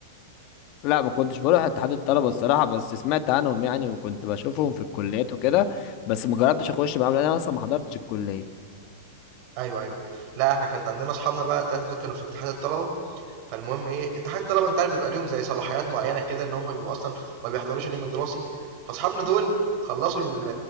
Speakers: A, on the left (about 45°); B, on the right (about 50°).
A: لا ما كنتش بروح اتحاد الطلبه الصراحه بس سمعت عنهم يعني وكنت بشوفهم في الكليات وكده بس ما جربتش اخش معاهم لان انا اصلا ما حضرتش الكليه
B: أيوه، أيوه. لأ إحنا كانت عندنا صحابنا بقى ال3 دول كانوا في اتحاد الطلبة، فالمهم إيه، اتحاد الطلبة أنت عارف بيبقى ليهم زي صلاحيات معينة كده إن هم بيبقوا أصلًا ما بيحضروش اليوم الدراسي، فاصحابنا دول خلّصوا ال